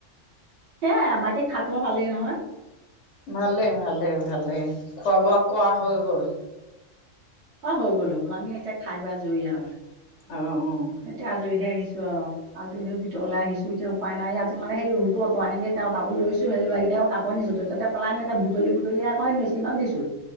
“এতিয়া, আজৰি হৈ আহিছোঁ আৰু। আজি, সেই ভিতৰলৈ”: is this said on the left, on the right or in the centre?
Right